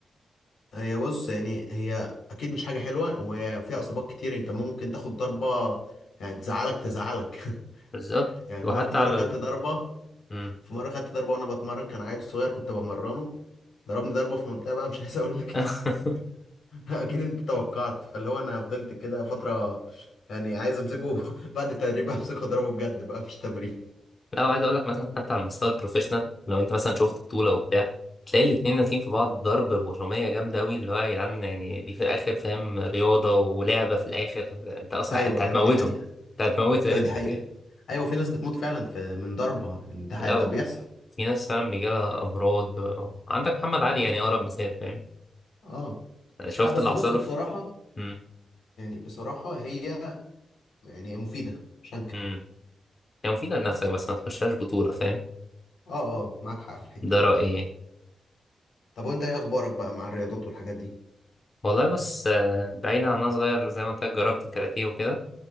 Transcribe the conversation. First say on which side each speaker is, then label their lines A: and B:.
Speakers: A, on the left; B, on the left.
A: هي بص يعني هي اكيد مش حاجه حلوه وفيها اصابات كتير انت ممكن تاخد ضربه يعني تزعلك تزعلك <laughs>
B: بالظبط
A: يعني
B: وحتى
A: انا في مره
B: على
A: خدت
B: ال...
A: ضربه
B: مم.
A: في مره خدت ضربه وانا بتمرن كان عيل صغير كنت بمرنه ضربني ضربه في منطقه بقى مش عايز اقول لك
B: <laughs>
A: <laughs> اكيد انت توقعت فاللي هو انا فضلت كده فتره يعني عايز امسكه <laughs> بعد التدريب امسكه اضربه بجد بقى مش تمرين
B: لا وعايز اقول لك مثلا حتى على المستوى البروفيشنال لو انت مثلا شفت بطوله وبتاع تلاقي الاتنين نازلين في بعض ضرب برمية جامدة أوي اللي هو يا جدعان يعني دي في الآخر فاهم رياضة ولعبة في الآخر أنت أصلا
A: ايوه
B: أنت هتموته
A: ايوه دي حقيقه
B: أنت هتموته يا
A: ايوه
B: ابني
A: دي حقيقة ايوه في ناس بتموت فعلا في من ضربة ده حقيقة
B: لو
A: ده بيحصل
B: في ناس فعلا بيجيلها أمراض عندك محمد علي يعني أقرب مثال فاهم
A: اه
B: شفت
A: لا بس
B: اللي حصل
A: بص
B: له
A: بصراحة
B: في مم.
A: يعني بصراحة هي يعني هي مفيدة مش هنكر
B: مم. هي مفيدة لنفسك بس ما تخشهاش بطولة فاهم
A: اه اه معاك حق في الحتة
B: ده
A: دي
B: رأيي يعني.
A: طب وانت ايه اخبارك بقى مع الرياضات والحاجات دي
B: والله بص آه، بعيدا عن أنا صغير زي ما قلت لك جربت الكاراتيه وكده